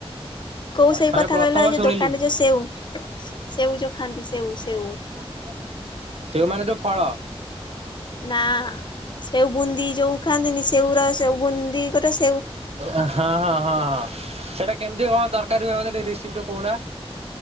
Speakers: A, on the left (about 45°); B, on the right (about 75°).
A: କୋଉ ସେଉ
B: ମାନେ
A: କଥା
B: ପ୍ରଥମ
A: କହିଲ ଏଇ ଯୋଉ
B: ଶୁଣିଲି
A: ଦୋକାନରେ
B: ମୁଁ
A: ସେଉ ସେଉ ଯୋଉ ଖାଆନ୍ତି ସେଉ ସେଉ।
B: <inaudible> ସେଉମାନେ ଯୋଉ ଫଳ।
A: ନା ସେଉ ବୁନ୍ଦି ଯୋଉ ଖାଆନ୍ତିନି ସେଉ ର ସେ ବୁନ୍ଦି ଗୋଟେ ସ୍
B: ଆ ହଁ ହଁ ହଁ ହଁ ସେଇଟା କେମିତି କଣ ତରକାରୀ ହୁଏ ମତେ ଟିଏ ରେସିପ୍ ଟିକେ କହୁନା?